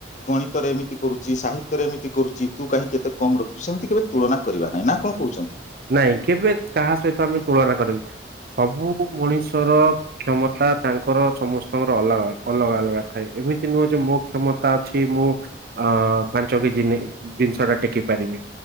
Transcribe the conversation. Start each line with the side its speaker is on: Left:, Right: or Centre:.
Left: ଗଣିତରେ ଏମିତି କରୁ ସିଏ ସାହିତ୍ୟରେ ଏମିତି କରୁଚି। ତୁ କାହିଁକି କେତେ କମ୍ ରଖୁଛୁ। ସେମିତି କେବେ ତୁଳନା କରିବା ନାଇଁ ନାଁ କଣ କହୁଚନ୍ତି।
Right: ନାଇଁ କେବେ କାହା ସହିତ ଆମେ ତୁଳନା କରିବୁନାହିଁ। ସବୁ ମଣିଷର କ୍ଷମତା ତାଙ୍କର ଚମସ୍ତଙ୍କର ଅଲଗା ଅଲଗା ଥାଏ। ଏମିତି ନୁହଁ ଯେ ମୋ କ୍ଷମତା ଅଛି ମୁଁ ଆ ପାଞ୍ଚ କେଜି ଜିନ୍ସ ଟା ଟେକି ପାରିବି।